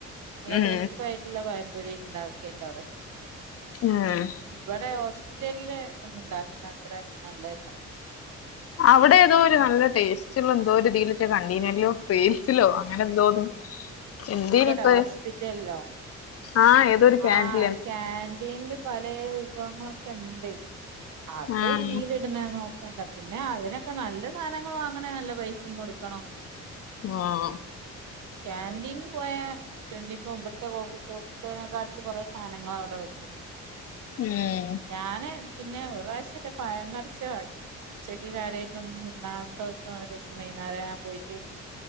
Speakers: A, on the right; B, on the left.
A: നല്ല
B: ഉം
A: ക്രിസ്പയിട്ടുള്ള പയംപൊരി ഇണ്ടാക്കേണ്ടവിടെ
B: എഹ്
A: വടെ ഹോസ്പിറ്റലില് ഒന്ന് ഉണ്ടാക്കുന്ന അത്ര നല്ലതല്ല
B: അവിടെ ഏതോ ഒരു നല്ല ടേസ്റ്റുള്ള എന്തോരീതീൽലേറ്റൊ കണ്ടീനേലോ റീൽസിലോ അങ്ങനെ എന്തോന്ന് എന്തേനിപ്പ
A: ഇവിടെ ഹോസ്പിറ്റൽല്ലോ?
B: ആഹ് ഏതോരു ക്യാൻഡില്
A: ആഹ് കാന്റീൻല് പലെ വിഭവങ്ങളൊക്കെ ഇണ്ട് അത്
B: ആഹ്
A: റീല് <unintelligible> ക്കണ്ട പിന്നെ അതിനൊക്കെ നല്ല സാധനങ്ങൾ വാങ്ങണ നല്ല പൈസി കൊടുക്കണം
B: ആഹ്
A: കാന്റീനിൽ പോയാ <unintelligible> ഇവിടുത്തെ കോഫി ഷോപ്പ് ചേനക്കാട്ടിൽ കുറെ സാധനങ്ങളവിടെ വെക്കും
B: ഉം
A: ഞാന് പിന്നെ ഒരു പ്രാവശ്യംറ്റെ പയം നെർച്ചെ വാങ്ങി ഉച്ചക്ക് കാര്യയിട്ടൊന്നും തിന്നാത്ത ദിവസം ഒരു ദിവസം വൈകുന്നേരം ഞാൻ പോയിട്ട്